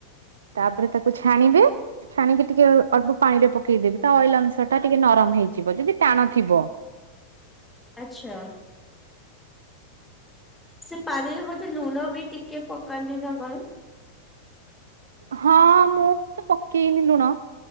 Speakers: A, on the right; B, in the centre.
A: ତାପରେ ତାକୁ ଛାଣିବେ। ଛାଣିକି ଟିକେ ଅଳ୍ପ ପାଣି ରେ ପକେଇଦେବି ତା ଅଏଲ ଅଂଶ ଟା ଟିକେ ନରମ ହେଇଯିବ ଯଦି ଟାଣ ଥିବ।
B: ଆଚ୍ଛା। ସେ ପାଣି ରେ ବୋଧେ ଲୁଣ ବି ଟିକେ ପକାନ୍ତି ନା କଣ?
A: ହଁ ମୁଁ ତ ପକେଇନି ଲୁଣ